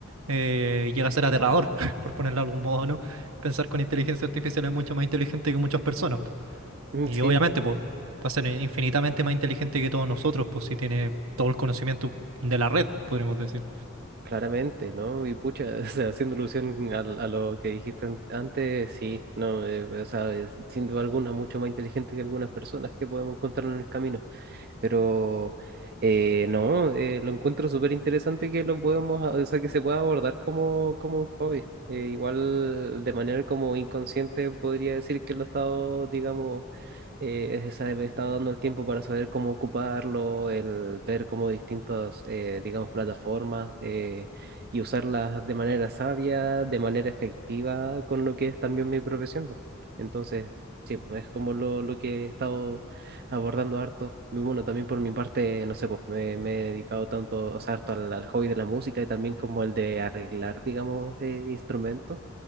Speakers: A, on the right; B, on the right.
A: eh, llega a ser aterrador, <laughs> por ponerlo de algún modo, ¿no? Pensar con inteligencia artificial es mucho más inteligente que muchas personas. po.
B: Mm,
A: Y
B: Sí,
A: obviamente,
B: mm,
A: pues, va a ser infinitamente más inteligente que todos nosotros, pues, si tiene todo el conocimiento de la red, podríamos decir.
B: claramente, ¿no? Y pucha, <laughs> o sea, haciendo alusión al- a, lo que dijiste an- antes, sí, no, eh, o sea, es sin duda alguna mucho más inteligente que algunas personas que podemos encontrar en el camino. Pero eh, no, eh, lo encuentro súper interesante que lo podamos, a- o sea, que se pueda abordar como, como un hobby. Eh, igual de manera como inconsciente podría decir que lo he estado, digamos, eh, es- esa- me he estado dando el tiempo para saber cómo ocuparlo, el ver como distintas, eh, digamos, plataformas eh, y usarlas de manera sabia, de manera efectiva con lo que es también mi profesión. po. Entonces, sí, es como lo, lo que he estado abordando harto. Y bueno, también por mi parte, no sé, pues me, me he dedicado tanto, o sea, harto al, al hobby de la música y también como el de arreglar, digamos, eh, instrumentos.